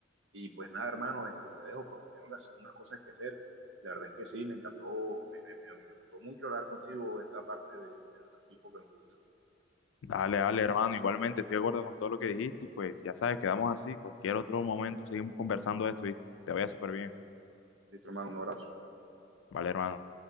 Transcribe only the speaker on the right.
Y pues nada, hermano, este, te dejo porque tengo unas, unas cosas que hacer. La verdad es que sí, me encantó, me, me, me me gustó mucho hablar contigo de esta parte de, de nuestro equipo que nos gusta.
Listo, hermano, un abrazo.